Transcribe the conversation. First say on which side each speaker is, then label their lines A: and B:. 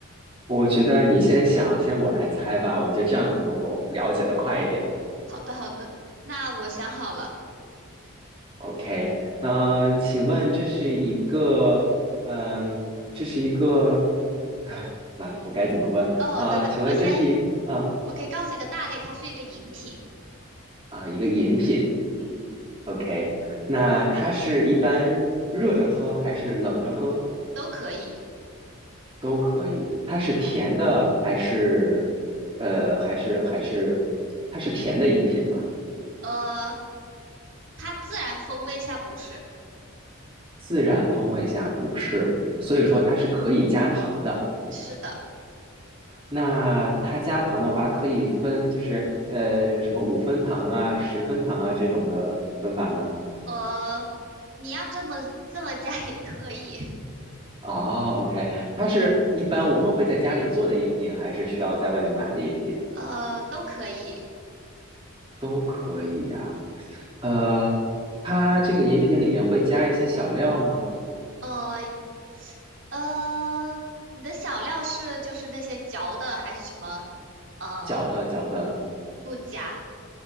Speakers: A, on the right (about 25°); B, on the right (about 55°).
A: 我觉得你先想，先我来猜吧，我觉得这样可能我了解的快一点。
B: 好的，好的，那我想好了。
A: OK，呃，请问这是一个，嗯，这是一个，唉妈，我该怎么问啊？
B: 哦，对对，
A: 请问这是一啊
B: 我先，嗯，我可以告诉你个大类，它是一个饮品，
A: 啊一个饮品
B: 嗯。
A: ？OK，那它是一般热着喝还是冷着喝？
B: 都可以。
A: 都可以。它是甜的还是呃还是还是它是甜的饮品嘛？
B: 呃，它自然风味下不是，
A: 自然风味下不是，所以说它是可以加糖的。
B: 是的。
A: 那它加糖的话，可以分就是呃什么五分糖啊、十分糖啊这种的分法吗？
B: 呃，你要这么这么加 <laughs> 也可以，
A: 哦，OK，它是一般我们会在家里做的饮品，还是需要在外面买的饮品？
B: 呃，都可以。
A: 都可以。呃，它这个饮品里面会加一些小料吗？
B: 呃呃，你的小料是就是那些嚼的还是什么？嗯、
A: 嚼的嚼的。
B: 不加。